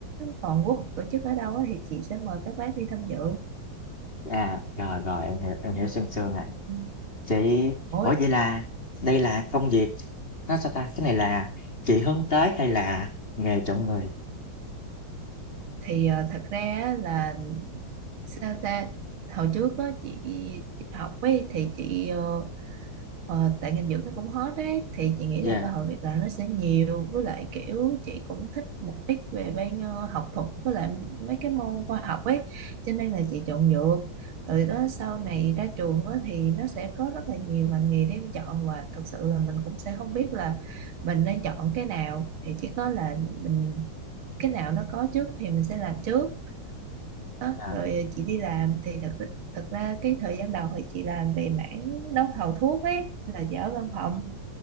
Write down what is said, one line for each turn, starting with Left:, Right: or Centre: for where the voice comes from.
Right: toàn quốc tổ chức ở đâu á, thì chị sẽ mời các bác đi tham dự
Left: à, rồi rồi em hiểu em hiểu
Right: Ừ.
Left: sương sương này
Right: Ừ.
Left: Chị,
Right: Ủa,
Left: ủa vậy là đây là công việc nó sao ta? Cái này là chị hướng tới hay là nghề chọn người?
Right: thì ờ, thật ra á là sao ta hồi trước á, chị đi học ấy thì chị ờ, Ờ, tại ngành dưỡng nó cũng hot đấy thì chị nghĩ
Left: Dạ,
Right: là cơ hội việc làm nó sẽ nhiều với lại kiểu chị cũng thích một ít về bên ờ, học thuật với lại mấy cái môn khoa học ấy cho nên là chị chọn dược rồi đó sau này ra trường á, thì nó sẽ có rất là nhiều ngành nghề để em chọn và thực sự là mình cũng sẽ không biết là mình nên chọn cái nào thì chỉ có là mình cái nào nó có trước thì mình sẽ làm trước đó
Left: à,
Right: rồi chị đi làm thì thật thật ra cái thời gian đầu thì chị làm về mảng đấu thầu thuốc ấy là chị ở văn phòng